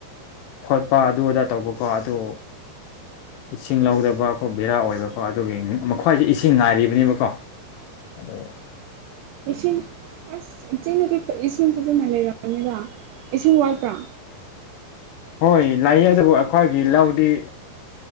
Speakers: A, on the left (about 75°); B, on the right (about 80°).
A: ꯈꯣꯠꯄ ꯑꯗꯨ ꯑꯗꯥ ꯇꯧꯕꯀꯣ ꯑꯗꯨ ꯏꯁꯤꯡ ꯂꯧꯗꯕ ꯑꯩꯣ ꯕꯦꯔꯥ ꯑꯣꯏꯕꯀꯣ ꯑꯗꯨꯒꯤ ꯃꯈ꯭ꯋꯥꯁꯦ ꯏꯁꯤꯡ ꯉꯥꯏꯔꯤꯕꯅꯦꯕꯀꯣ ꯑꯗ
B: ꯑꯦꯁꯤ ꯑꯁ ꯆꯤꯡꯗꯗꯤ ꯏꯁꯤꯡ ꯐꯖꯅ ꯂꯩꯔꯕꯅꯤꯔ ꯏꯁꯤꯡ ꯋꯥꯠꯄ꯭ꯔꯥ
A: ꯍꯣꯏ ꯂꯥꯛꯌꯦ ꯑꯗꯨꯕꯨ ꯑꯩꯈꯣꯏꯒꯤ ꯂꯧꯗꯤ